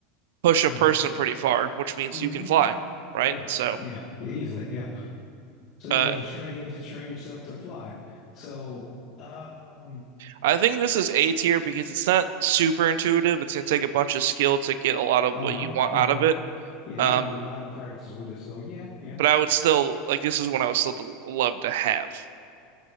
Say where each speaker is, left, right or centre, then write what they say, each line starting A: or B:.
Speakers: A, on the right; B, on the left.
A: push
B: hmm
A: a person pretty far, which means
B: hmm
A: you can fly, right?
B: Yeah,
A: So
B: yeah, yeah, easily, yeah. So you
A: uh,
B: had to train, you had to train yourself to fly. So, um,
A: I think this is A tier because it's not super intuitive. It's gonna take a bunch of skill to get a lot of
B: uh-huh,
A: what you want
B: uh-huh.
A: out of it.
B: Yeah, you
A: Um,
B: got a lot of practice with it. So yeah, yeah.
A: but I would still like this is one I would still love to have.